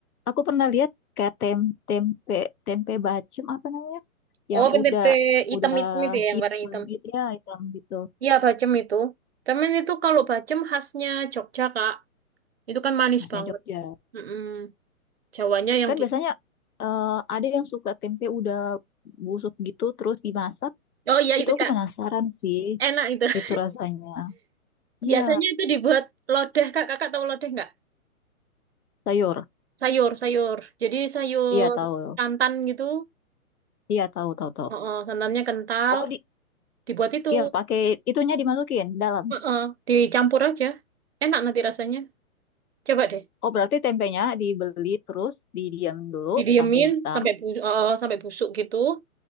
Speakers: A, on the left; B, on the right.
A: aku pernah lihat kayak tem tempe tempe bacem apa namanya? Yang
B: oh tempe
A: udah
B: hitam-hitam
A: udah
B: itu ya, yang
A: hitam
B: warna hitam.
A: itu ya, hitam gitu.
B: Iya, bacem itu. Cuman itu kalau bacem khasnya Jogja, Kak. Itu kan manis
A: Khasnya
B: banget.
A: Jogja.
B: Mm-mm. Jawanya yang
A: Kan
B: di...
A: biasanya eh, ada yang suka tempe udah busuk gitu terus dimasak.
B: Oh iya,
A: Itu
B: itu,
A: aku
B: Kak.
A: penasaran sih
B: Enak itu. <laughs>
A: itu rasanya. Iya,
B: Biasanya itu dibuat lodeh, Kak. Kakak tahu lodeh nggak?
A: sayur.
B: Sayur, sayur. Jadi sayur
A: Iya tahu.
B: santan gitu.
A: Iya tahu tahu tahu.
B: Heeh, santannya kental.
A: Oh di
B: Dibuat itu.
A: Iya, pakai itunya dimasukin dalam.
B: Heeh, dicampur aja. Enak nanti rasanya. Coba deh.
A: Oh, berarti tempenya dibeli terus didiam dulu
B: Didiemin
A: sampai hitam
B: sampai bu eh, sampai busuk gitu.